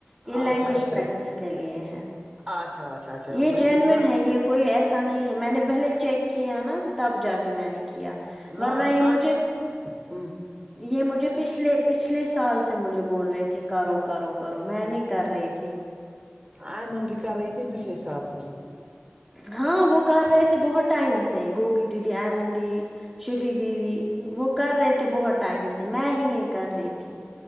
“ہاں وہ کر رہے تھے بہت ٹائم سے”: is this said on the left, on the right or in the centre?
Centre